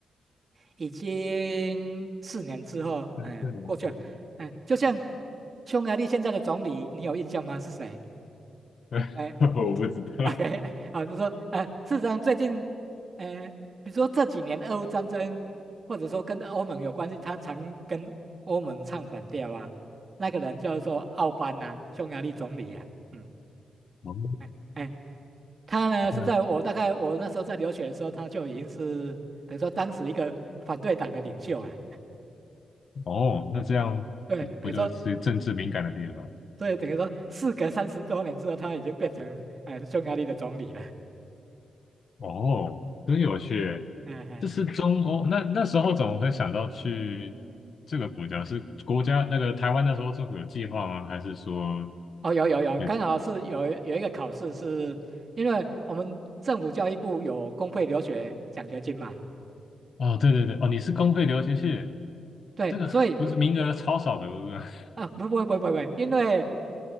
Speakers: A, on the right; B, on the left.
A: 已经四年之后，
B: <laughs> 对对对，
A: 哎，过去了，哎，就像匈牙利现在的总理，你有印象吗？是谁？
B: 对
A: 哎
B: <laughs> 我不知道。
A: ，OK，<laughs> 啊，就是说，呃，事实上最近，呃，比如说这几年俄乌战争，或者说跟欧盟有关系，他常跟欧盟唱反调啊，那个人叫做奥班呐、匈牙利总理呀、啊嗯。
B: 哦，
A: 哎，哎他呢是在我大概我那时候在留学的时候，
B: 那
A: 他就已经是等于说当时一个反对党的领袖啊。
B: 哦，那这样
A: 对，
B: 不就是政治敏感的地方？
A: 等于说，所以等于说，事隔三十多年之后，他已经变成呃匈牙利的总理了。
B: 哦，真有趣。
A: 嗯嗯
B: 这是中欧，那那时候怎么会想到去这个国家？
A: 嗯，
B: 是国家那个台湾那时候政府有计划吗？还是说
A: 哦，有有有，
B: 也
A: 刚好是有有一个考试是，因为我们政府教育部有公费留学奖学金嘛，
B: 哦，对对对，哦，你是公费留学去，
A: 对，
B: 这个不是名额超少的，
A: 所以
B: 不是？<laughs>
A: 啊，不不不不不，因为